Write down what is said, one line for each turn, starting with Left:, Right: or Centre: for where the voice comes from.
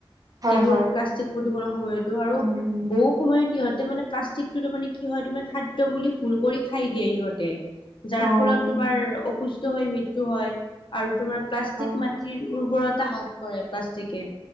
Right: হয়
Left: এইবোৰ
Right: হয়
Left: প্লাষ্টিক প্ৰদূষনৰ সময়তো আৰু
Right: উম
Left: বহু সময়ত ইহতে মানে প্লাষ্টিক তাৰমানে কি হয় তমাৰ খাদ্য বুলি ভুল কৰি খাই দিয়ে সিহঁতে। যাৰ
Right: উম
Left: ফলত তোমাৰ অসুস্থ হৈ মৃত্যয়ু হয় আৰু তোমাৰ প্লাষ্টিক
Right: অ
Left: মাটিৰ উৰ্বৰতা হ্ৰাস কৰে প্লাষ্টিকে।